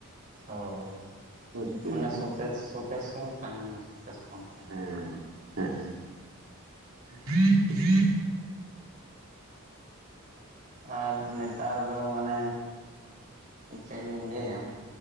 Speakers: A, on the right; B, on the right.
A: ᱦᱳᱭ
B: ᱵᱩᱡᱽ ᱠᱮᱫᱟᱵᱤᱱ
A: ᱢᱟᱱᱮ ᱥᱚᱛᱮᱥ ᱥᱚᱛᱮᱥ ᱦᱚᱸ ᱛᱟᱦᱮᱱᱟ ᱥᱚᱛᱮᱥ ᱠᱷᱚᱱ
B: ᱦᱮᱸ ᱦᱮᱸᱜ-ᱮ <unintelligible>
A: ᱟᱨ ᱱᱮᱛᱟᱨ ᱫᱚ ᱢᱟᱱᱮ ᱪᱮᱫ ᱞᱤᱧ ᱞᱟᱹᱭᱟ